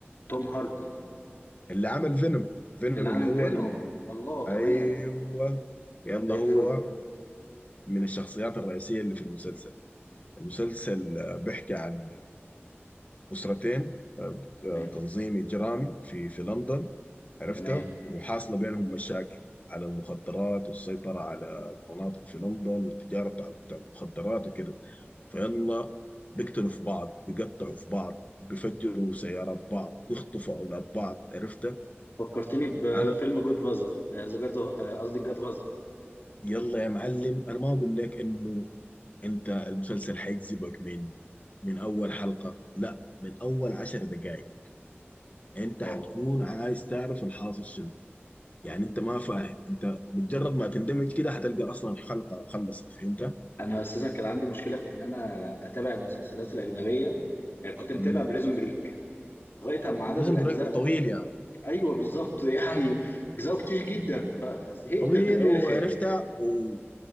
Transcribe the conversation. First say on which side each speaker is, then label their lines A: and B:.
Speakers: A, on the left; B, on the left.
A: توم هاردي
B: اللي عمل فينوم فينوم
A: اللي عامل
B: اللي هو
A: فينوم
B: ال...
A: الله تمام
B: ايوه يلا
A: زي الفل
B: هو من الشخصيات الرئيسية اللي في المسلسل المسلسل آه، بيحكي عن أسرتين آه،
A: تمام
B: آه، تنظيم إجرامي في في لندن عرفتها
A: تمام
B: وحاصلة بينهم مشاكل على المخدرات والسيطرة على المناطق في لندن والتجارة بتاع بتاع المخدرات وكده فيلا بيقتلوا في بعض بيقطعوا في بعض بيفجروا سيارات بعض بيخطفوا أولاد بعض عرفتها
A: فكرتني بفيلم
B: أنا
A: جود فازر ذا جاد قصدي جاد
B: يلا يا معلم أنا ما أقول لك إنه انت المسلسل هيجذبك من من اول حلقة لا من اول عشر دقائق انت
A: واو
B: هتكون عايز تعرف الحاصل شنو يعني انت ما فاهم انت مجرد ما تندمج كده هتلقى اصلا الحلقة خلصت فهمت
A: انا اساسا كان عندي مشكله في ان انا اتابع المسلسلات الاجنبيه يعني كنت متابع
B: امم
A: بريزون بريك لغايه اما عدد
B: بريزن
A: الاجزاء
B: بريك
A: ب...
B: طويل يا يعني.
A: ايوه بالظبط <laughs> يعني اجزاء كتير جدا ف... فزهقت
B: طويل
A: في الاخر
B: وعرفتها و...